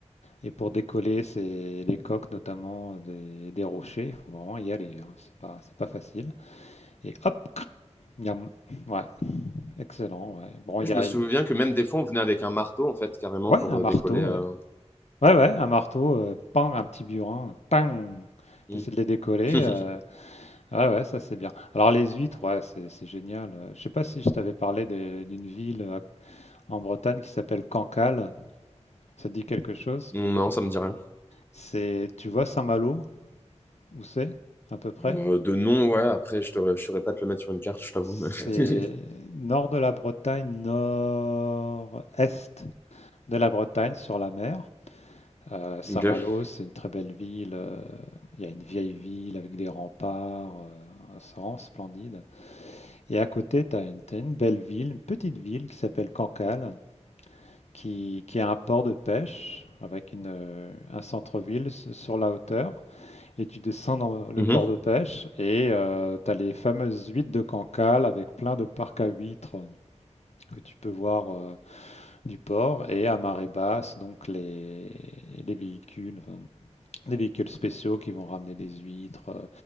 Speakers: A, on the left; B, on the left.
A: et pour décoller ces, les coques, notamment euh, des, des rochers. Il faut vraiment y aller. hein. C'est pas, c'est pas facile. Et hop, cric, miam. Ouais. Excellent, ouais. Bon,
B: Moi,
A: il y
B: Je
A: a
B: me souviens que même des fois, on venait avec un marteau, en fait, carrément,
A: ouais,
B: pour
A: un marteau,
B: euh, décoller. euh.
A: ouais. Ouais, ouais, un marteau, euh, pan, un petit burin, tang.
B: Mm.
A: T'essaies de les décoller.
B: <laughs>
A: euh, ouais, ouais, ça c'est bien. Alors les huîtres, ouais, c'est c'est génial. Euh, Je sais pas si je t'avais parlé des- d'une ville euh, en Bretagne qui s'appelle Cancale. Ça te dit quelque chose?
B: Non, ça me dit rien.
A: C'est, tu vois Saint-Malo, où c'est, à peu près?
B: Euh, de nom, ouais. Après, je ne saurais pas te le mettre sur une carte, je t'avoue.
A: C'est
B: mais- <laughs>
A: nord de la Bretagne, nord-est de la Bretagne, sur la mer. Euh, Saint-Malo,
B: Ok.
A: c'est une très belle ville. euh, Il y a une vieille ville avec des remparts. euh, c'est vraiment splendide. Et à côté, tu as une, t'as une belle ville, une petite ville qui s'appelle Cancale, qui, qui a un port de pêche avec une, euh, un centre-ville s- sur la hauteur. Et tu descends dans le
B: Mhm.
A: port de pêche et tu as les fameuses huîtres de Cancale avec plein de parcs à huîtres que tu peux voir euh, du port et à marée basse, donc les, les véhicules, enfin, des véhicules spéciaux qui vont ramener des huîtres. euh,